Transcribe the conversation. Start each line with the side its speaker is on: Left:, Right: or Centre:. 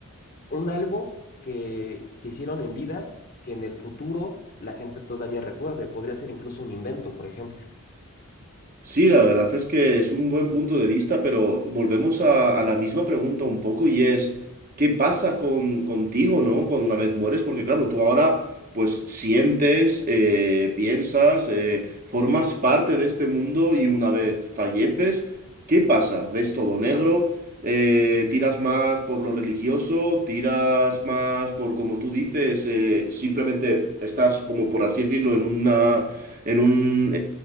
Left: un algo que, que hicieron en vida que en el futuro la gente todavía recuerde. Podría ser incluso un invento, por ejemplo.
Right: Sí, la verdad es que es un buen punto de vista, pero volvemos a, a la misma pregunta un poco y es, ¿qué pasa con, contigo, ¿no? Cuando una vez mueres, porque claro, tú ahora pues sientes, eh, piensas, eh, formas parte de este mundo y una vez falleces, ¿qué pasa? ¿Ves todo negro? Eh, ¿tiras más por lo religioso? ¿Tiras más por, como tú dices, eh, simplemente estás como por así decirlo en una en un